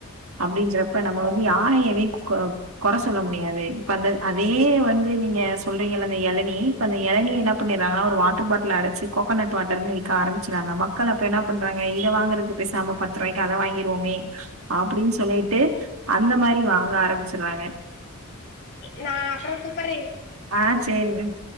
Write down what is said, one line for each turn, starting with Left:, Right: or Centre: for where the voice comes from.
Right: அப்படின்றப்ப நம் ம வந்து யாரை எது கொ கொற சொல்ல முடியாது இப்ப அந்த அதயே வந்து நீங்க சொல்றீங்கல எளனி இப்ப அந்த எளனிய என்ன பண்ணிராங்கனா ஒரு வாட்டரு பாட்டுல்ல அடைச்சு கோக்கோனட் வாட்டர்னு விக்க ஆரம்மிச்சிராங்க மக் கள் அப்ப என்ன பண்றங்க இத வாங்கறக்கு பேசாம பத்து ரூவாய்க்கு அத வாங்கிருவோமே அப்படின்னு சொல்லிட்டு அந்த மாரி வாங்க ஆரம்பிச்சிறாங்க
Left: நா அப்ரோ கூப்பட்
Right: ஆ செரி விஞ்